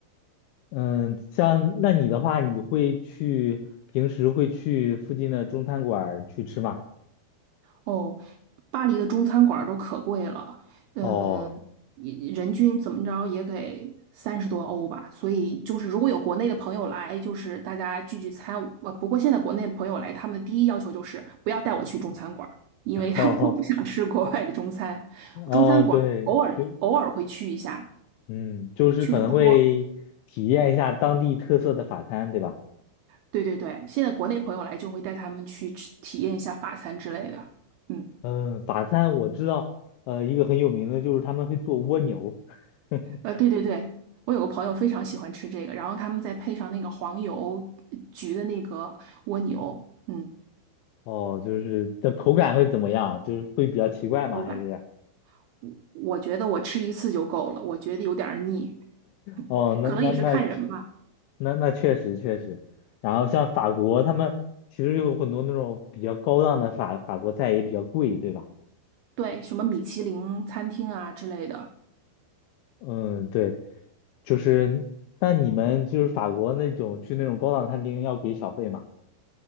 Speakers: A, on the left (about 80°); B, on the right (about 85°).
A: 嗯，像那你的话，你会去平时会去附近的中餐馆儿去吃吗？
B: 哦，巴黎的中餐馆儿都可贵了，呃，
A: 哦，
B: 也人均怎么着也得三十多欧吧。所以就是如果有国内的朋友来，就是大家聚聚餐。呃，不过现在国内朋友来，他们的第一要求就是不要带我去中餐馆儿因为他们都不想吃国外的中餐。
A: <laughs> 好好，哦，
B: 中餐馆儿偶尔偶尔会去一下，
A: 对，就嗯，就是可能会体验一下当地特色的法餐，
B: 去的不多。
A: 对吧？
B: 对对对，现在国内朋友来就会带他们去吃体验一下法餐之类的。嗯。
A: 嗯，法餐我知道，呃，一个很有名的就是他们会做蜗牛，<laughs>
B: 呃，对对对，我有个朋友非常喜欢吃这个，然后他们再配上那个黄油焗的那个蜗牛，嗯，
A: 哦，就是的口感会怎么样？就是会比较奇怪吗？
B: 口感，
A: 还是？
B: 我我觉得我吃一次就够了，我觉得有点儿腻，
A: 哦，那那那
B: 可能也是看人吧。
A: 那那确实确实。然后像法国，他们其实有很多那种比较高档的法法国菜也比较贵，对吧？
B: 对，什么米其林餐厅啊之类的，
A: 嗯，对，就是，那你们就是法国那种去那种高档餐厅要给小费吗？